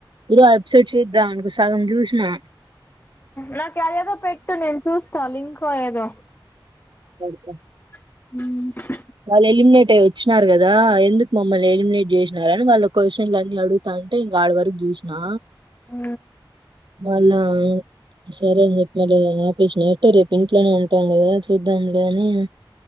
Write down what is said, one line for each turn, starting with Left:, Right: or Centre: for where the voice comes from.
Right: ఇరు ఆ ఎప్సట్ చిద్దా అనుకో సగం చూస్నా
Left: నాక్ యాదెదో పెట్టు నేను చూస్తా లింకో ఏదో
Right: త్త
Left: హు
Right: వాళ్ళు ఎలిమినేట్ అయ్ వచ్చిన్నారు కదా, ఎందుక్ మమ్మల్ని ఎలిమినేట్ చేస్నార్ అని వాళ్ళు కోసన్లు అన్నీ అడుతా అంటే ఇంగా ఆడివరకు చూస్నా
Left: ఆ
Right: వాళ్లా, సరేని చెప్పి వాల్లేదొ ఆపేస్ న్నట్టు రేపు ఇంట్లోనే ఉంటాం కదా, చూద్దాంలే అని